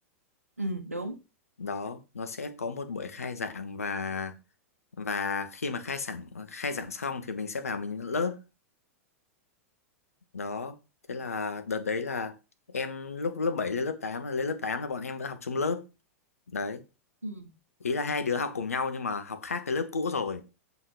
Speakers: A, on the right; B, on the left.
A: ừ đúng
B: đó nó sẽ có một buổi khai giảng và và khi mà khai giảng khai giảng xong thì mình sẽ vào mình nhận lớp đó thế là đợt đấy là em lúc lớp 7 lên lớp tám là lên lớp tám là bọn em vẫn học chung lớp đấy
A: ừ
B: ý là hai đứa học cùng nhau nhưng mà học khác cái lớp cũ rồi